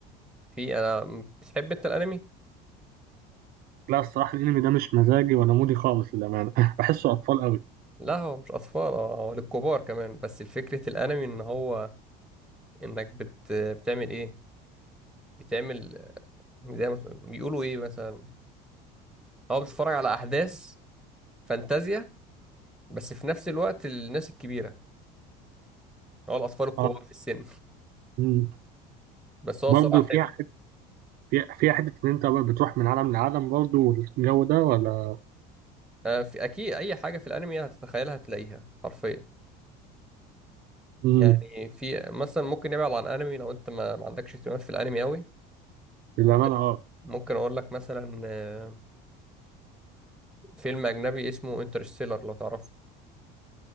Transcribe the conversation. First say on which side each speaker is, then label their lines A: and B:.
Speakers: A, in the centre; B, on the right.
A: في انا بتحب انت الانمي
B: لا الصراحة الانمي ده مش مزاجي ولا مودي خالص للأمانة <laughs> بحسه اطفال قوي
A: لا هو مش اطفال آه، هو للكبار كمان بس الفكرة الانمي ان هو انك بت... بتعمل ايه بتعمل آه، زي ما بيقولوا ايه مثلا هو بتتفرج على احداث فانتازيا بس في نفس الوقت الناس الكبيرة هو الاطفال الكبار
B: اه
A: في السن
B: مم.
A: بس هو
B: برضه
A: صراحة
B: فيها
A: حلو
B: حتة فيها فيها حتة ان انت بقى بتروح من عالم لعالم برضه والجو ده ولا
A: آه، في اكيد اي حاجة في الانمي هتتخيلها هتلاقيها حرفيا
B: مم.
A: يعني في مثلا ممكن نبعد عن انمي لو انت ما, ما عندكش اهتمامات في الانمي قوي
B: للأمانة
A: ممكن
B: اه
A: ممكن اقول لك مثلا آه، فيلم اجنبي اسمه انترستيلر لو تعرفه